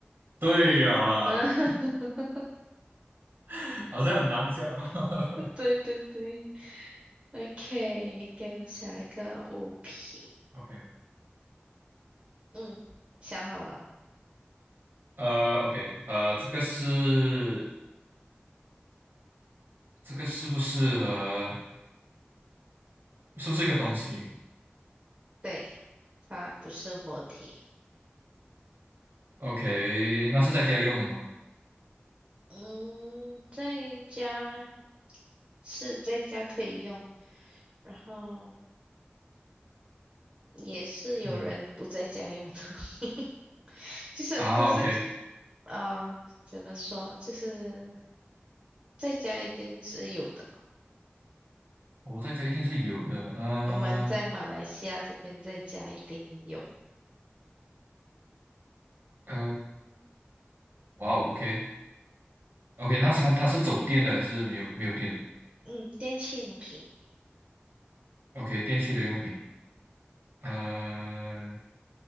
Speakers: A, on the right (about 65°); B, on the right (about 30°).
A: 对呀啦，
B: 啊，<laughs>
A: <laughs> 好像很难想啊。<laughs>
B: 对对对，OK，给我想一个物品。
A: OK，
B: 嗯，想好了，
A: 呃，OK，呃，这个是这个是不是和是不是一个东西？
B: 对，它不是活体。
A: OK，那是在家用的吗？
B: 嗯，在家是在家可以用，然后也是有人不在家用的，
A: 嗯
B: <laughs> 就是可是
A: 啊，OK，
B: 啊，怎么说，就是在家一定是有的。
A: 我在家一定是有的。呃
B: 我们在马来西亚这边在家一定有，
A: 呃，哇哦，OK，OK，那是它它是走电的还是没有没有电的
B: 嗯，电器用品。
A: ？OK，电器的用品，呃，